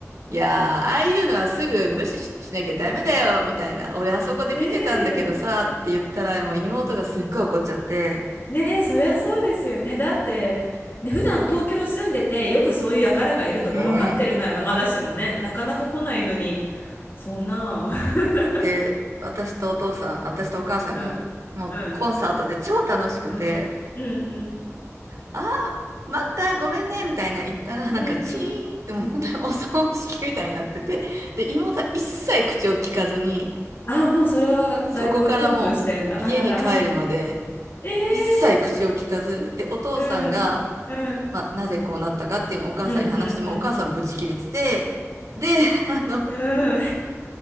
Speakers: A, on the right; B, on the left.
A: いやー、ああいうのはすぐ無視し、しなきゃダメだよ、みたいな。俺あそこで見てたんだけどさ、
B: <laughs> ねえ。
A: って言ったら、もう妹がすっごい怒っちゃって、
B: ねえ、そりゃそうですよね。だって、ね、普段東京住んでて、よくそういう輩がいるとか分かってるならまだしもね、
A: うん。
B: なかなか来ないのに、そんな。<laughs>
A: で、私とお父さん、私とお母さんが、
B: うん、
A: もうコンサートで超楽しくて、
B: うん、うん、うん、うん、
A: あー、待った、ごめんね、みたいな言ったら、なんかチーンってもう本当にお葬式みたいになってて、
B: うん、うん。
A: で、妹は一切口を聞かずに、
B: ああ、もうそれはだいぶプンプンしてるんだ。
A: そこからもう家に帰るまで、
B: あらら。ええ
A: 一切口を聞かず、で、お父さんが、
B: うん、うん、うん、
A: まあ、なぜこうなったかっていうのをお母さんに話しても、
B: うん、うん、
A: お母さんブチ切れてて、で、あの、
B: うん、